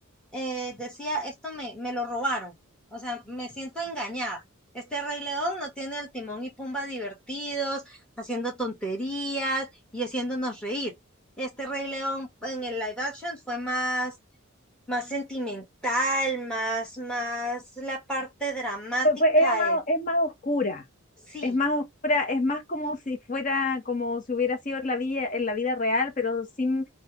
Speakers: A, in the centre; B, on the left.
A: eh, decía, esto me, me lo robaron, o sea, me siento engañada. Este Rey León no tiene al Timón y Pumba divertidos, haciendo tonterías y haciéndonos reír. Este Rey León en el live action fue más, más sentimental, más, más la parte dramática.
B: Fue- fue- era más,
A: de-
B: es más oscura.
A: Sí,
B: Es más oscura, es más como si fuera, como si hubiera sido en la vida, en la vida real, pero sin,